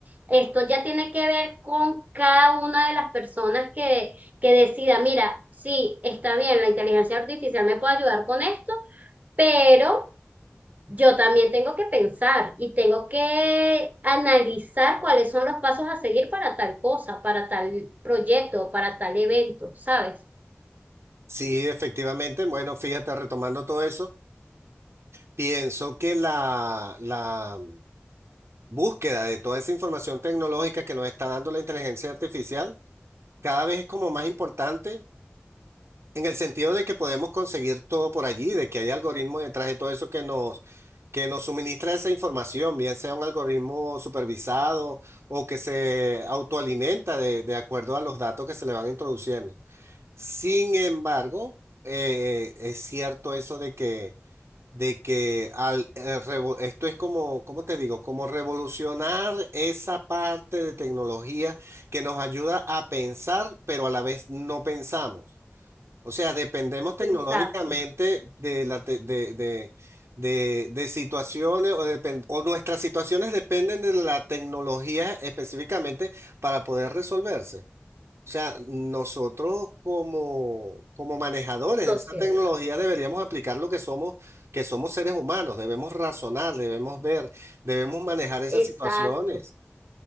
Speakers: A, on the right (about 35°); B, on the right (about 70°).
A: Esto ya tiene que ver con cada una de las personas que, que decida, mira, sí, está bien, la inteligencia artificial me puede ayudar con esto, pero yo también tengo que pensar y tengo que analizar cuáles son los pasos a seguir para tal cosa, para tal proyecto, para tal evento, ¿sabes?
B: sí, efectivamente, bueno, fíjate, retomando todo eso, pienso que la, la búsqueda de toda esa información tecnológica que nos está dando la inteligencia artificial cada vez es como más importante En el sentido de que podemos conseguir todo por allí, de que hay algoritmos detrás de todo eso que nos, que nos suministra esa información, bien sea un algoritmo supervisado o que se autoalimenta de, de acuerdo a los datos que se le van introduciendo. Sin embargo, eh, es cierto eso de que, de que al, eh, revo- esto es como, ¿cómo te digo? Como revolucionar esa parte de tecnología que nos ayuda a pensar, pero a la vez no pensamos. O sea, dependemos tecnológicamente
A: Exacto.
B: de, la te- de, de, de, de situaciones o, depen- o nuestras situaciones dependen de la tecnología específicamente para poder resolverse. O sea, nosotros como, como manejadores
A: sociedad.
B: de esa tecnología deberíamos aplicar lo que somos, que somos seres humanos, debemos razonar, debemos ver, debemos manejar esas
A: Exacto.
B: situaciones.